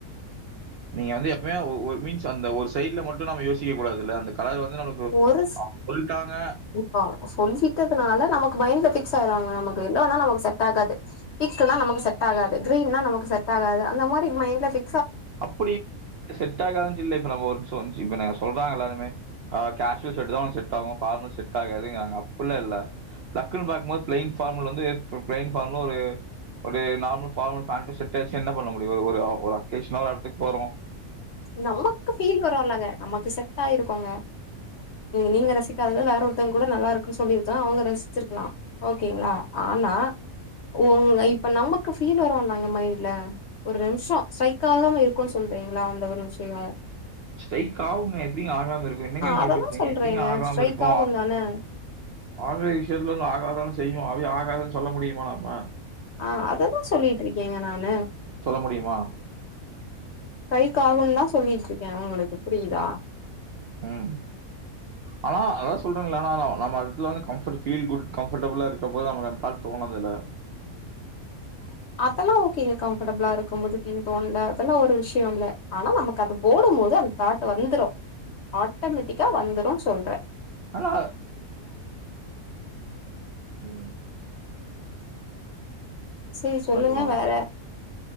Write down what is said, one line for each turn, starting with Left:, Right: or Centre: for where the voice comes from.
Right: நீங்க வந்து எப்பமே ஒரு மீன்ஸ் அந்த ஒரு சைட்ல மட்டும் நாம யோசிக்க கூடாதுல்ல அந்த கலர் வந்து நமக்கு
Left: ஒரு சி
Right: சொல்ட்டாங்க.
Left: இப்ப அவங் சொல்லிட்டதுனால நமக்கு மைண்ட் அதே சவுராங்க நமக்கு எல்லோனா நமக்கு சட் ஆகாது பீக்குனா நமக்கு சட் ஆகாது க்ரீம்னா நமக்கு செட் ஆகாது மாரி மைன்ட்ல ஃபி
Right: அப்புடி செட் ஆகாது சொல்ல இப்ப நம்ப ஒருன்சோன் இப்ப நாங்க சொல்றாங்க எல்லாருமே அ கேஷுவல் ஷேட்டுதா ஒன்க் செட் ஆகு ஃபார்மல் செட் ஆகாதிங்காங்க அப்புல்லா இல்ல டக்குனு பாக்கும்போது ப்ளைன்ஃபார்மல் வந்து ப்ளைன் ஃபார்மல் ஒரு ஒரு நார்மல் ஃபார்மல் பேன்ட்டு ஷேட்டே வச்சு என்ன பண்ண முடியும் ஒரு ஒரு அ ஒரா கேஷ்னா ஒர் எடத்துக்க போறோ
Left: நமக்கு ஃபீல் வருமில்லங்க நமக்கு செட் ஆயிருக்கோங்க நீங்க ரசிக்காதத வேற ஒருத்தங்க கூட நல்லா இருக்கு சொல்லி அவங்க ரசிச்சிருக்கலாம் ஓகேங்களா ஆனா உங்க இப்ப நமக்கு ஃபீல் வர நாங்க மைண்ட்ல ஒரு நிமிஷம் ஸ்டிரைக்காகம இருக்கும் சொல்றீங்களா அந்த நச்சரிங்க <unintelligible>
Right: ஸ்டிரைக் ஆகுங்க எப்படி ஆகாம இருக்கும் என்னங்க நீங்க
Left: அததா
Right: இப்படி பேசுறீங்க
Left: சொல்றேங்க
Right: எப்படிங்க ஆகாம
Left: ஸ்ட்ரைக்
Right: இருக்கும்
Left: ஆகும் தான
Right: ஆக விஷயத்துலந்து ஆகாத செய்யும் அது ஆகாதுன்னு சொல்ல முடியுமா நம்ம
Left: ஆ அததான் சொல்லிட்டு இருக்கேங்க நானு
Right: சொல்ல முடியுமா?
Left: ஸ்டிரைக்காகும்ன்னு தான் சொல்லிட்டு இருக்கேன் உங்களுக்கு புரியுதா
Right: ம் ஆனா அதான் சொல்றேன்னல்ல நம்ம அதுல வந்து கம்பர்ட் ஃபீல் குட் கம்ஃபர்டபிளா இருக்கும் போது நமக்கு அந்த தாட் தோணுனதில்ல
Left: அதெல்லாம் ஓகேங்க கம்ஃபர்டபிளா இருக்கும் போது ஃபீல் தோணல அதெல்லாம் ஒரு விஷயம் இல்ல ஆனா நமக்கு அது போடும் போது அந்த தாட்டு் வந்துரும் ஆட்டோமேட்டிக்கா வந்துரும்ன்னு சொல்றேன்
Right: ஹலோ ம்
Left: சரி சொல்லுங்க
Right: வந்துரும்.
Left: வேற